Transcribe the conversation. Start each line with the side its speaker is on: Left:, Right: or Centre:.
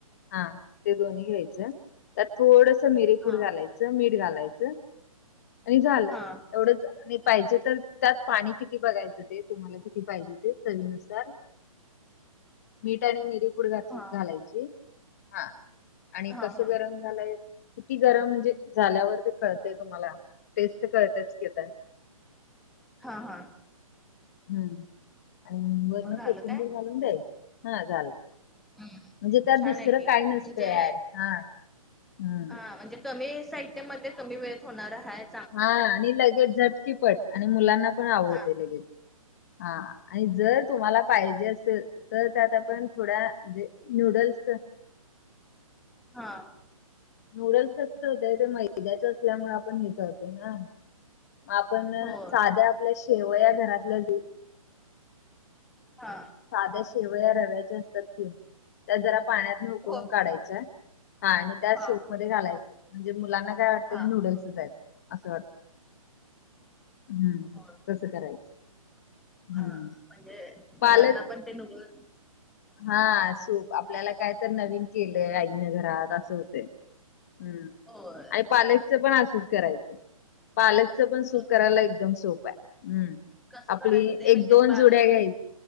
Left: हा, ते दोन्ही घ्यायचं त्यात थोडस मिरेपूड
Centre: हा
Left: घालायचं. च मीठ घालायचं आणि झालं.
Centre: हा
Left: एवढंच आणि पाहिजे तर त्यात पाणी किती बघायचं ते तुम्हाला. किती पाहिजे ते चवीनुसार. मीठ आणि मिरीपूड घात
Centre: हा
Left: घालायची हा, आणि
Centre: हा
Left: कसं
Centre: हा
Left: गरम. झाय किती गरम म्हणजे झाल्यावर ते कळतय तुम्हाला टेस्ट कळतयच की, आता.
Centre: हा हा,
Left: हम्म, आणि वरण
Centre: मग झालं
Left: कोथिंबीर
Centre: काय
Left: घालून द्यायस हा झालंच.
Centre: हम्म
Left: म्हणजे त्यात
Centre: छान
Left: दुसरं
Centre: आहे की
Left: काय
Centre: म्हणजे
Left: नसतं ऍड हा हम्म
Centre: हा म्हणजे कमी साहित्यामध्ये कमी वेळेत होणार आहेत.
Left: हा, आणि लगेच झटकीपट आणि मुलांना पण आवडते
Centre: हा
Left: लगेच. हा, आणि जर तुम्हाला पाहिजे असेल. तर त्यात आपण थोड्याे मजे न्यूडल्स.
Centre: हा,
Left: नूडल्स कस होतेय ते मैद्याच असल्यामुळे आपण हे करतोय ना. आपण
Centre: होय
Left: साध्या आपल्या शेवया घरातल्या जाई.
Centre: हा,
Left: साध्या शेवया रव्याचे असतात की, त्या जरा पाण्यात न उकळून
Centre: हो
Left: काढायच्या हा, आणि त्या
Centre: हा
Left: सोप मध्ये घालायच. म्हणजे मुलांना काय वाटतं
Centre: हा
Left: हे नूडल्सच आहेत. असं वाटत हम्म,
Centre: हो
Left: तस करायचं. हम्म
Centre: हा, म्हणजे
Left: पालक
Centre: मुलांना पण ते नुडल्स.
Left: हा, सूप आपल्याला काय तर नवीन केलंय आईन घरात असं होतं. हम्म,
Centre: होय.
Left: आणि पालकच पण असंच करायचं पालक. त पण सुप
Centre: हो
Left: करायला एकदम सोप आहे. हम्म,
Centre: कसं
Left: आपली
Centre: करायचं ते म्हणजे
Left: एक दोन
Centre: पालक
Left: जुड्या घ्याय